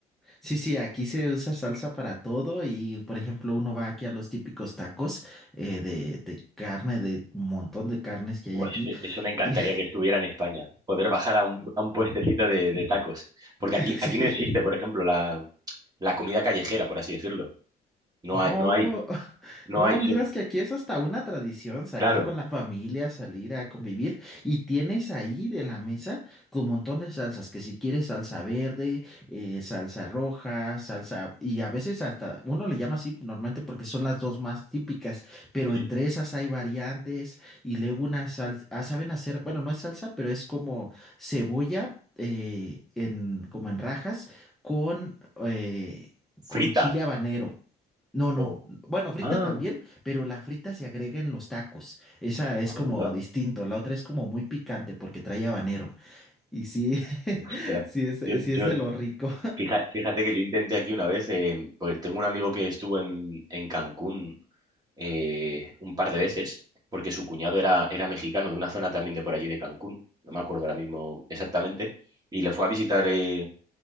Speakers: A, in the centre; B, on the right.
A: Sí, sí, aquí se usa salsa para todo y, por ejemplo, uno va aquí a los típicos tacos eh, de, de carne, de un montón de carnes que
B: Pues
A: hay aquí.
B: e- eso me encantaría
A: Y,
B: que estuviera en España, poder bajar a un, a un puestecito de, de tacos, porque aquí,
A: <laughs>
B: aquí
A: sí,
B: no existe, por ejemplo, la, la comida callejera, por así decirlo. No
A: Oh,
B: hay, no hay,
A: <laughs>
B: no
A: no,
B: hay,
A: vieras
B: so-
A: que aquí es hasta una tradición salir
B: claro,
A: con la familia, salir a convivir y tienes ahí de la mesa tu montón de salsas, que si quieres salsa verde, eh, salsa roja, salsa y a veces hasta uno le llama así normalmente porque son las dos más típicas, pero
B: sí.
A: entre esas hay variantes y luego una salsa, saben hacer, bueno, no es salsa, pero es como cebolla eh, en, como en rajas con, eh,
B: Frita.
A: con chile habanero. No, no.
B: o...
A: Bueno, frita
B: Ah,
A: también, pero la frita se agrega en los tacos. Esa
B: Anda,
A: es como distinto. La otra es como muy picante porque trae habanero. Y sí,
B: ostras.
A: <laughs> sí es,
B: Yo, yo,
A: sí es de lo rico.
B: fija- fíjate que yo intenté aquí una vez, eh, porque tengo un amigo que estuvo en, en Cancún eh, un par de veces, porque su cuñado era, era mexicano de una zona también de por allí de Cancún, no me acuerdo ahora mismo exactamente, y le fue a visitar, eh,